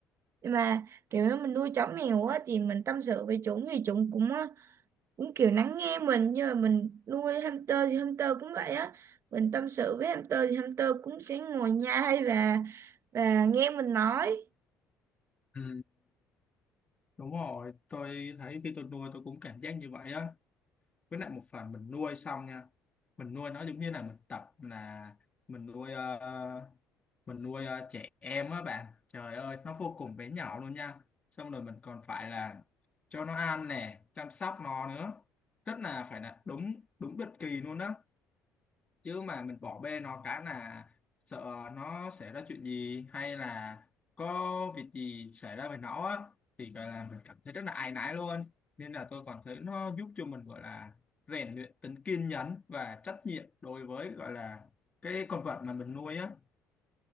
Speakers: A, on the right; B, on the left.
A: Nhưng mà kiểu như mình nuôi chó mèo á thì mình tâm sự với chúng thì chúng cũng à, cũng kiểu lắng nghe mình nhưng mà mình nuôi hamster thì hamster cũng vậy á mình tâm sự với hamster thì hamster cũng sẽ ngồi nhai và và nghe mình nói
B: Ừ, đúng rồi tôi thấy khi tôi nuôi tôi cũng cảm giác như vậy á với lại một phần mình nuôi xong nha mình nuôi nó giống như là mình tập là mình nuôi ờ, mình nuôi ờ, trẻ em á bạn trời ơi nó vô cùng bé nhỏ luôn nha xong rồi mình còn phải là cho nó ăn nè chăm sóc nó nữa rất là phải là đúng đúng định kỳ luôn á chứ mà mình bỏ bê nó cái là sợ nó xảy ra chuyện gì hay là có việc gì xảy ra với nó á thì gọi là mình cảm thấy rất là áy náy luôn nên là tôi còn thấy nó giúp cho mình gọi là rèn luyện tính kiên nhẫn và trách nhiệm đối với gọi là cái con vật mà mình nuôi á